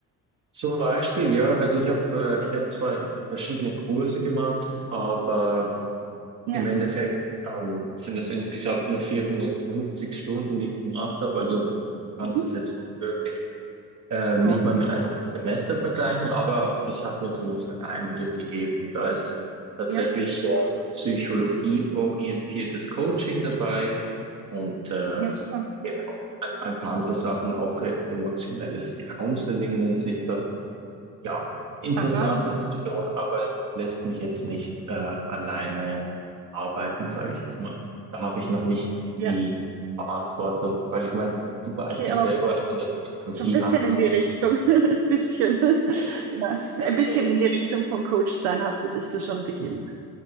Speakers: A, on the right; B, on the right.
A: Zum Beispiel, ja, also ich habe äh, ich habe zwei verschiedene Kurse gemacht, aber
B: ja.
A: Im Endeffekt ähm, sind es insgesamt nur 450 Stunden, die ich gemacht habe. Also du kannst
B: Mhm.
A: das jetzt nicht wirklich, ähm,
B: Ja,
A: nicht mal mit einem Semester vergleichen, aber es hat mir zumindest einen Einblick gegeben. Und da ist tatsächlich
B: ja,
A: äh, psychologieorientiertes Coaching dabei und äh,
B: ja, super.
A: genau, ein, ein paar andere Sachen, auch äh, emotionelles Counseling nennt sich das. Ja, interessant
B: Aha,
A: ist es schon, aber es lässt mich jetzt nicht äh, alleine arbeiten, sage ich jetzt mal. Da habe ich noch nicht
B: ja,
A: die Verantwortung, weil ich meine, du weißt
B: okay,
A: es
B: aber
A: selber, in der Psychologie
B: so ein bisschen
A: hat
B: in
A: man,
B: die Richtung, <laughs> Ein bisschen,
A: es,
B: ja,
A: es
B: ein bisschen
A: geht.
B: in die Richtung von Coach sein hast du dich da schon begeben.